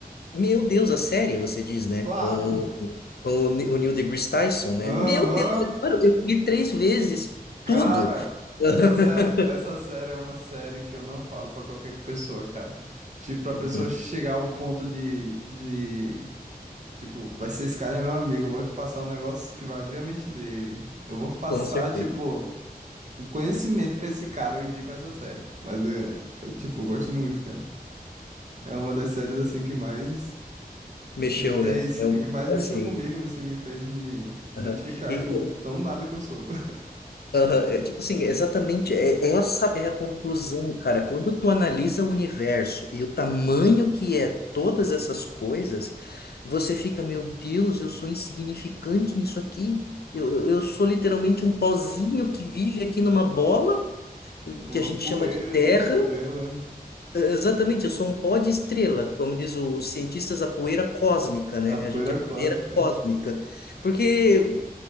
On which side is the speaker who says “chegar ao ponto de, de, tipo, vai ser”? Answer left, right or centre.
Right